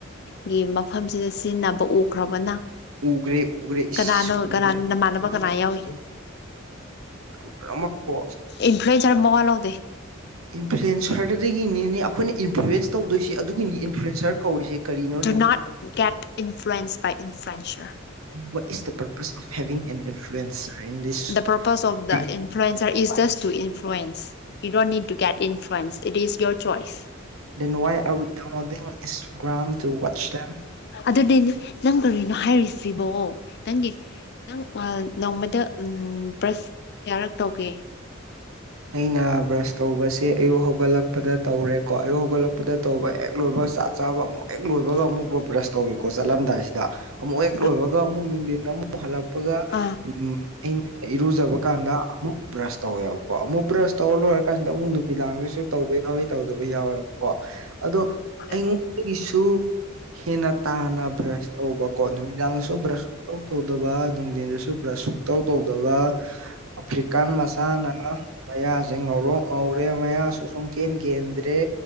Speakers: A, on the left; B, on the right.
A: ꯒꯤ ꯃꯐꯝꯁꯤꯗ ꯁꯤꯖꯤꯟꯅꯕ ꯎꯈ꯭ꯔꯕꯅ
B: ꯎꯒ꯭ꯔꯦ ꯎꯒ꯭ꯔꯦ
A: ꯀꯅꯥꯅ
B: ꯏꯁ
A: ꯀꯅꯥꯅꯗ
B: ꯎꯒ꯭ꯔꯦ
A: ꯃꯅꯅꯕ ꯀꯅꯥ ꯌꯥꯎꯝ
B: ꯄꯨꯝꯅꯃꯛꯄꯣ
A: ꯏꯟꯐ꯭ꯂꯨꯌꯦꯟꯁ ꯃꯣꯜ ꯂꯧ
B: ꯏꯟꯐ꯭ꯂꯨꯌꯦꯟꯁꯔꯗꯨꯗꯒꯤꯅꯤꯅꯦ ꯑꯩꯈꯣꯏꯅ ꯏꯟꯐ꯭ꯂꯨꯌꯦꯟꯁ ꯇꯧꯗꯣꯏꯁꯦ ꯑꯗꯨꯒꯤꯅꯤ ꯏꯟꯐ꯭ꯂꯨꯌꯦꯟꯁꯔ ꯀꯧꯔꯤꯁꯦ ꯀꯔꯤꯅꯣ
A: do not get influence by influencer
B: what is the purpose of ꯍꯦꯕꯤꯡ an influencer in this
A: the purpose of
B: big
A: the influence just to influence you need to get influence it is your choice
B: then why are we downloading Instagram to watch the
A: ꯑꯗꯗꯤ ꯅꯪ ꯀꯔꯤꯅꯣ ꯍꯥꯏꯔꯤꯁꯤꯕꯣ ꯅꯪꯒꯤ ꯅꯪ ꯅꯣꯡꯃꯗ ꯎ brush ꯀꯌꯥꯔꯛ ꯇꯧꯒꯦ
B: ꯑꯩꯅ ꯕ꯭ꯔꯁ ꯇꯧꯕꯁꯤ ꯁꯦ ꯑꯌꯨꯛ ꯍꯧꯒꯠꯂꯛꯄꯗ
A: ꯕ꯭ꯔꯁ
B: ꯇꯧꯔꯦꯀꯣ ꯑꯌꯨꯛ ꯍꯧꯒꯠꯂꯛꯄꯗ ꯇꯧꯕ ꯍꯦꯛ ꯂꯣꯏꯕꯒ ꯆꯥꯛ ꯆꯥꯕ ꯑꯃꯨꯛ ꯍꯦꯛ ꯂꯣꯏꯕꯒ
A: ꯀꯌꯥꯔꯛ
B: ꯑꯃꯨꯛ
A: ꯇꯧꯒꯦ
B: ꯑꯃꯨꯛ ꯕ꯭ꯔꯁ ꯇꯧꯋꯤꯀꯣ ꯆꯠꯂꯝꯗꯥꯏꯁꯤꯗ
A: ꯎꯝ
B: ꯑꯃꯨꯛ
A: ꯑꯥ
B: ꯍꯦꯛ ꯂꯣꯏꯕꯒ ꯑꯃꯨꯛ ꯅꯨꯡꯊꯤꯟ ꯑꯃꯨꯛ ꯍꯜꯂꯛꯄꯒ
A: ꯑꯥ
B: ꯎ ꯑꯩꯅ ꯏꯔꯨꯖꯕ ꯀꯥꯟꯗ ꯑꯃꯨꯛ ꯕ꯭ꯔꯁ ꯇꯧꯋꯦꯕꯀꯣ ꯀꯣ ꯑꯃꯨꯛ ꯕ꯭ꯔꯁ ꯇꯧꯔ ꯂꯣꯏꯔꯀꯥꯟꯁꯤꯗ ꯑꯃꯨꯛ ꯅꯨꯃꯤꯗꯥꯡꯗꯁꯨ ꯇꯧꯕ ꯌꯥꯎꯋꯤ ꯇꯧꯗꯕ ꯌꯥꯎꯋꯦꯕ ꯀꯣ ꯑꯗꯣ ꯑꯩꯉꯣꯟꯗꯒꯤꯁꯨ
A: ꯍꯣꯏ
B: ꯍꯦꯟꯅ ꯇꯥꯅ ꯕ꯭ꯔꯁ ꯇꯧꯕꯀꯣ ꯅꯨꯃꯤꯗꯥꯡꯗꯁꯨ ꯕ꯭ꯔꯁ ꯇꯧ ꯇꯧꯗꯕ ꯅꯨꯡꯊꯤꯟꯗꯁꯨ ꯕ꯭ꯔꯁ ꯁꯨꯨꯡꯇꯧ ꯇꯧꯗꯕ ꯑꯐ꯭ꯔꯤꯀꯥꯟ ꯃꯆꯥꯅ ꯃꯌꯥꯁꯦ ꯉꯧꯔꯣꯛ ꯉꯧꯔꯦ ꯃꯌꯥꯁꯨ ꯁꯨꯝ ꯀꯦꯟ ꯀꯦꯟꯗ꯭ꯔꯦ